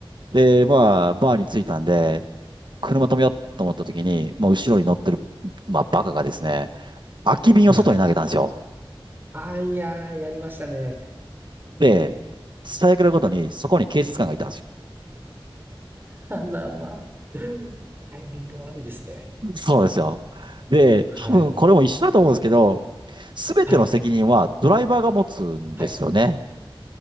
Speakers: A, on the right; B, on the right.
A: で、まあ、バーに着いたんで、車止めようと思った時に、もう後ろに乗ってる、まあ、バカがですね、空き瓶を外に投げたんですよ。
B: <laughs> ああ、いやー、やりましたね。
A: で、最悪なことに、そこに警察官がいたんですよ。
B: あらまあ。タイミング悪いですね。
A: そうなんですよ。で、
B: はい。
A: 多分これも一緒だと思うんですけど、すべての責任はドライバーが持つんですよね。
B: はい。はい。